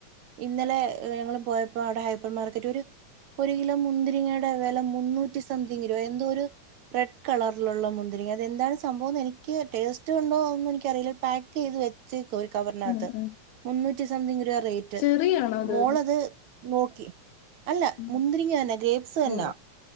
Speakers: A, on the right; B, on the left.
A: ഇന്നലെ ഞങ്ങൾ പോയപ്പോ അവിടെ ഹൈപ്പർ മാർക്കറ്റ് ഒരു ഒരു കിലോ മുന്തിരിങ്ങയുടെ വില മുന്നൂറ്റി സംതിങ് രൂപ എന്തോ ഒരു റെഡ് കളറിലുള്ള മുന്തിരിങ്ങ അത എന്താണ് സംഭവം എന്ന് എനിക്ക് ടേസ്റ്റ് ഉണ്ടോ ഒന്നും എനിക്കറിയില്ല പാക്ക് ചെയ്ത് വരുന്ന <unintelligible> ഒരു കവറിനകത്ത്
B: ഉം ഉം
A: മുന്നൂറ്റി സംതിങ് രൂപ റേറ്റ്
B: ചെറിയാണോ അത്?
A: മോളത് നോക്കി അല്ല
B: ഉം.
A: മുന്തിരിങ്ങ തന്നെ ഗ്രേബ്സ് തന്നെയ
B: ഓ